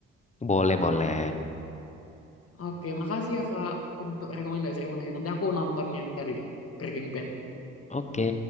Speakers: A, on the left (about 25°); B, on the left (about 50°).
A: Boleh, boleh.
B: Oke, makasih ya, Kak, untuk rekomendasi-rekomendasi. Nanti aku nonton yang tadi deh, Breaking Bad.
A: Oke.